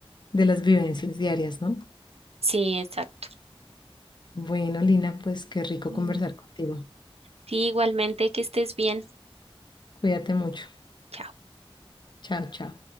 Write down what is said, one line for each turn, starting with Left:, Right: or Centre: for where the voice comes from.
Left: de las vivencias diarias, ¿no?
Right: Sí, exacto.
Left: Bueno, Lina, pues qué rico
Right: Mm.
Left: conversar contigo.
Right: Sí, igualmente que estés bien.
Left: Cuídate mucho.
Right: Chao.
Left: Chao, chao.